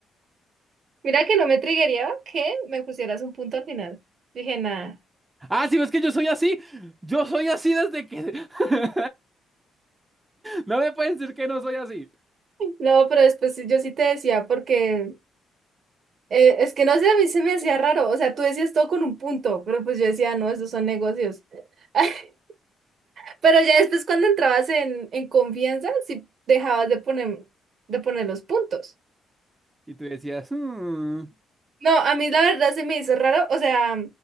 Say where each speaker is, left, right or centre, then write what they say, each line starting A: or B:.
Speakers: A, on the right; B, on the right.
A: Mira que no me triggería que me pusieras un punto al final. Dije, nada.
B: Ah, sí, es que yo soy así, yo soy así desde que... <laughs> No me pueden decir que no soy así.
A: No, pero después sí- yo sí te decía, porque eh, es que no sé, a mí se me hacía raro. O sea, tú decías todo con un punto, pero pues yo decía, no, estos son negocios. <laughs> Pero ya después cuando entrabas en, en confianza, sí dejabas de poner, de poner los puntos.
B: Y tú decías, "Mm,
A: No, a mí la verdad se me hizo raro, o sea,